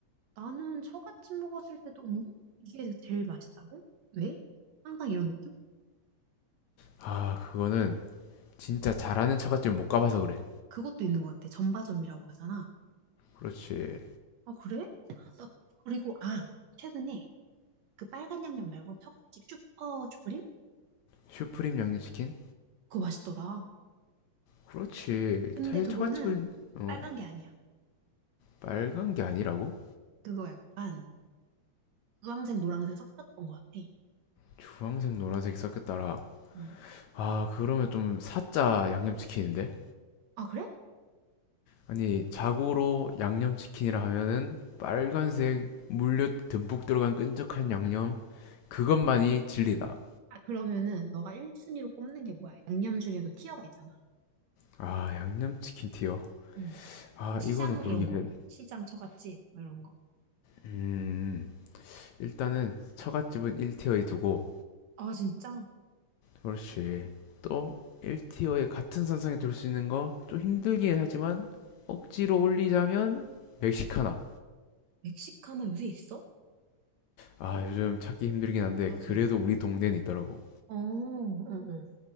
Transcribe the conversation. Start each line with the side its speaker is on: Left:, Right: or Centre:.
Right: 나는 처갓집 먹었을 때도 응? 이게 제일 맛있다고? 왜? 항상 이런 느낌?
Left: 아, 그거는 진짜 잘하는 처갓집 을 못 가봐서 그래.
Right: 그것도 있는 것 같아. 전바점이라고 하잖아.
Left: 그렇지.
Right: 아 그래? 나 그리고 아 최근에 그 빨간 양념 말고 처갓집 슈퍼 슈프림?
Left: 슈프림 양념치킨?
Right: 그거 맛있더라.
Left: 그렇지.
Right: 근데
Left: 차실
Right: 그거는
Left: 처갓집은 어
Right: 빨간 게 아니야.
Left: 빨간 게 아니라고?
Right: 그거 약간 주황색 노란색 섞였던 것 같아.
Left: 주황색 노란색이 섞였더라.
Right: 응.
Left: 아 그러면 좀 사짜 양념치킨인데?
Right: 아 그래?
Left: 아니 자고로 양념치킨이라 하면은 빨간색 물엿 듬뿍 들어간 끈적한 양념 그것만이 진리다.
Right: 아 그러면은 너가 1순위로 꼽는 게 뭐야? 양념 중에도 티어가 있잖아.
Left: 아 양념치킨 티어.
Right: 응.
Left: 아
Right: 시장
Left: 이거는 고르기
Right: 이런
Left: 힘들.
Right: 거. 시장 처갓집 뭐 이런 거.
Left: 음 일단은 처갓집은 1티어에 두고
Right: 아 진짜?
Left: 그렇지. 또 1티어에 같은 선상에 둘 수 있는 거 좀 힘들긴 하지만 억지로 올리자면 멕시카나.
Right: 멕시카나 요새 있어?
Left: 아, 요즘 찾기 힘들긴 한데
Right: 맞아.
Left: 그래도 우리 동네는 있더라고.
Right: 어, 응, 응.